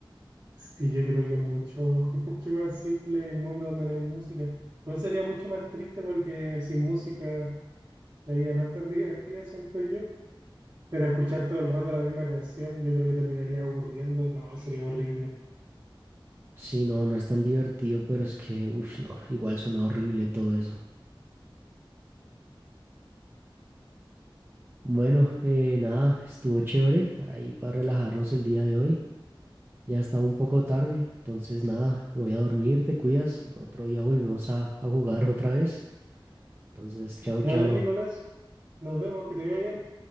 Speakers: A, on the right; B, on the right.
A: sí, yo creo que es mucho, <laughs> mucho más simple el mundo donde no hay música. Igual sería mucho más triste porque sin música La vida no es tan divertida, siento yo. Pero escuchar todo el rato la misma canción, yo creo que terminaría aburriendo. No, sería horrible.
B: Sí, no, no es tan divertido, pero es que, uff, no, igual suena horrible todo eso. Bueno, eh, nada, estuvo chévere ahí para relajarnos el día de hoy. Ya está un poco tarde, entonces nada, me voy a dormir, te cuidas. Otro día volvemos a, a jugar otra vez. Entonces, chao,
A: Ya
B: chao.
A: dale, Nicolás. Nos vemos, que te vea bien.